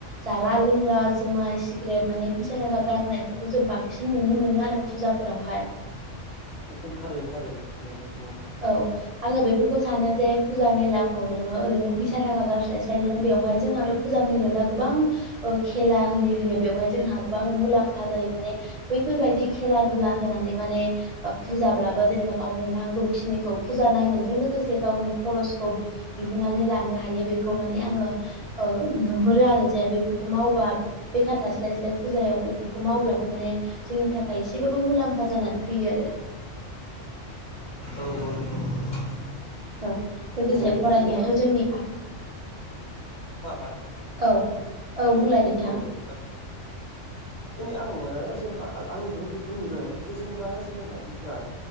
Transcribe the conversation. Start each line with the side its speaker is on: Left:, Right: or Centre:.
Right: जाला लोंला जुमाय सिग्रेट माने फैसा थाखा गारनायफोरखौ जों बांसिन नुनो मोनो आरो फुजाफोरावहाय <inaudible>
Left: एकदम थारैनो थारैनो नोंमार
Right: औ आङो बेफोरखौ सानो जे फुजा मेलाखौ नोङो ओरैनो फैसा थाखा गारस्लायस्लायनो बेवहाय जोंहाथ' फुजा मेलायाव दा गोबां खेला हि होयो बेवहाय जोंहा गोबां मुलाम्फा जा जायो नालाय बैफोरबायदि खेला दुला होनानै माने फुजाब्लाबो जेनेबा गावनि नांगौ खिनिखौ फुजा नायनायजों लोगोसे गावनि खरसखौ दिहुननानै लानो हायो बेखौ माने आङो ओ नुहुरो आरो जे बेफोरखौ मावबा बेखार थास्लाय स्लाय फुजायाव बेफोरखौ मावब्ला जोंनि
Left: औ
Right: थाखायसेब मुलाम जानानै फैयो आरो
Left: औ नंगौ नंगौ नंगौ
Right: औ लोगोसे
Left: दिनै
Right: फरायनायाथ'
Left: जेनेबा
Right: जोंनि
Left: ह ह
Right: औ
Left: हेल'
Right: बुंलाय
Left: औ
Right: नोंथां
Left: दे दिनै आङो जेनेबा आंथ' बेखौ नुदों जे जेनेबा जोंनि लाइमोनफोरा